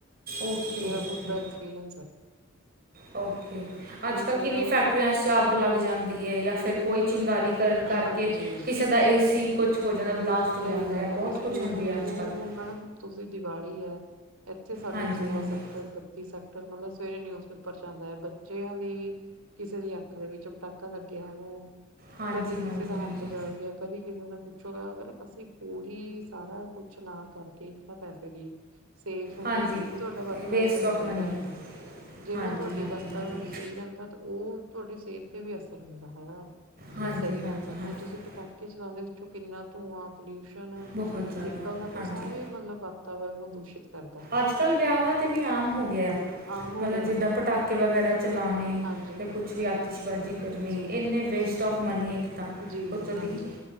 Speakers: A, on the right; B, on the right.
A: ਓਕੇ।
B: ਮੇਰਾ
A: ਓਕੇ
B: ਦਾ ਐਕਸਪੀਰੀਐਂਸ ਐ।
A: ਓਕੇ, ਅੱਜ-ਕੱਲ੍ਹ
B: ਚੱਲਿਆ
A: ਕਿੰਨੀ
B: ਉਹ
A: ਫੈਕ ਟੀਆਂ, ਚ ਅੱਗ ਲੱਗ ਜਾਂਦੀ ਏ ਜਾਂ ਫਿਰ ਕੋਈ
B: ਉਹ
A: ਚਿੰਗਾਰੀ ਕਰਨ ਕਰਕੇ,
B: ਹਾਂਜੀ
A: ਕਿਸੇ ਕਿਦਾਂ, ਏ ਸੀ ਕੁਛ ਹੋ ਜਾਂਦਾ ਬਲਾਸਟ ਹੋ
B: ਸਹੀ
A: ਜਾਂਦਾ
B: ਗੱਲ
A: ਹੈ
B: ਆ
A: ਬਹੁਤ
B: ਵਿਸਫੋਟ
A: ਕੁਛ ਹੁੰਦੀ
B: ਹੁੰਦੇ
A: ਹੈ ਅੱਜ
B: ਹੈਗੇ,
A: ਕੱਲ੍ਹ
B: ਹੁਣ ਮੈਡਮ ਤੁਸੀਂ ਦੀਵਾਲੀ ਆ, ਇੱਥੇ ਸਾਡੇ
A: ਹਾਂਜੀ
B: ਸੋਲਾਂ
A: ਹਾਂਜੀ
B: ਸੈਕਟਰ, ਬੱਤੀ ਸੈਕਟ ਮਤਲਬ ਸਵੇਰੇ ਨਿਊਜ਼ ਪੇਪਰ 'ਚ ਆਂਦਾ, ਬੱਚਿਆਂ ਦੀ ਕਿਸੇ ਦੀ ਅੱਖ ਦੇ ਵਿੱਚ ਪਟਾਕਾ ਲੱਗਿਆ ਹੈਗਾ,
A: ਹਾਂਜੀ
B: ਕਦੀ
A: ਹਾਂਜੀ
B: ਕਿਸੇ ਦਾ
A: ਹਾਂਜੀ
B: ਹੱਥ ਜਲ ਗਿਆ ਕਦੀ ਕਿਸੇ ਦਾ ਕੁੱਛ ਹੋ ਗਿਆ, ਅਗਰ ਅਸੀਂ ਉਹੀ ਸਾਰਾ ਕੁਛ ਨਾ ਕਰਕੇ, ਇੱਕ ਤਾਂ ਪੈਸੇ ਵੀ ਸੇਫ ਹੁੰਦੇ,
A: ਹਾਂਜੀ
B: ਇੱਕ ਤੁਹਾਡਾ ਵਾਤਾਵਰਨ
A: ਇੱਕ ਵੇਸਟ ਆਫ
B: ਸਹੀ
A: ਮਨੀ
B: ਰਹਿੰਦਾ।
A: ਹੈ
B: ਜਿਨਾਂ
A: ਹਾਂਜੀ
B: ਤੁਹਾਡੀ
A: ਹਾਂਜੀ
B: ਵਾਤਾਵਰਨ
A: ਹਾਂਜੀ
B: ਸਹੀ ਰਹਿੰਦਾ ਤਾਂ ਉਹ ਤੁਹਾਡੀ ਸਿਹਤ ਤੇ ਵੀ ਅਸਰ ਹੁੰਦਾ ਹੈਗਾ।
A: ਹਾਂਜੀ
B: ਮਲਬ ਸਹੀ
A: ਹਾਂਜੀ
B: ਰਹਿੰਦਾ, ਹੁਣ
A: ਹਾਂਜੀ
B: ਤੁਸੀਂ ਪਟਾ ਕੇ ਚਲਾਉਣੇ ਉਸ ਚੋ' ਕਿੰਨਾ ਧੂੰਆਂ ਪਲਿਊਸ਼ਨ
A: ਬਹੁਤ ਜ਼ਿਆਦਾ
B: ਨਿਕਲਦਾ, ਉਹ
A: ਹਾਂਜੀ
B: ਸਾਰੇ ਮਤਲਬ ਵਾਤਾਵਰਨ ਨੂੰ ਦੂਸ਼ਿਤ ਕਰਦਾ ਹੈਗਾ
A: ਅੱਜ-ਕੱਲ੍ਹ ਵਿਆਵਾਂ 'ਤੇ ਵੀ ਆਮ ਹੋ ਗਿਆ,
B: ਆਮ ਹੋ
A: ਮਤਲਬ
B: ਗਿਆ ਮੈਡਮ
A: ਜਿੱਦਾਂ ਪਟਾਕੇ ਵਗੈਰਾ ਚਲਾਂਨੇ।
B: ਹਾਂਜੀ
A: ਜਾਂ ਕੁਛ ਵੀ ਆਤਿਸ਼ਬਾਜ਼ੀ ਕਰਨੀ,
B: ਜੀ
A: ਇੰਨੇ ਵੇਸਟ ਆਫ ਮਨੀ ਇੱਕ ਤਾਂ
B: ਜੀ,
A: ਉੱਤੋਂ
B: ਹਾਂਜੀ
A: ਦੀ